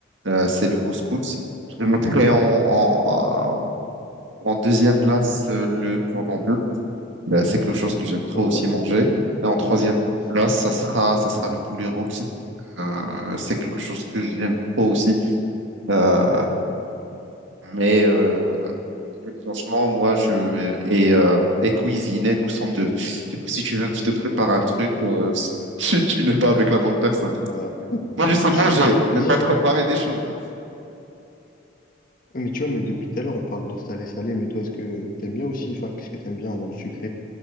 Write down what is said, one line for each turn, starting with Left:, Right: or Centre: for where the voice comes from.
Right: euh, c'est le couscous. Je le mettrais en, en, En deuxième place, euh, le cordon bleu. Euh, c'est quelque chose que j'aime trop
Left: Ouais,
Right: aussi manger. Et en troisième
Left: bah, c'est-
Right: place, ça sera, ça sera le poulet rôti. Euh, c'est quelque chose que j'aime trop aussi. Euh, mais, euh, mais franchement, moi, je et, euh, et cuisiner, nous sommes deux. Du coup, si tu veux, je te prépare un truc, euh, <laughs> tu n'es pas avec la bonne personne.
Left: bon. bah,
Right: Moi, je sais manger,
Left: Avec plaisir,
Right: mais pas préparer
Left: hein.
Right: des choses.
Left: Mais tu vois, mais depuis tout à l'heure, on parle de salé-salé, mais toi, est-ce que t'aimes bien aussi? Enfin, qu'est-ce que t'aimes bien dans le sucré?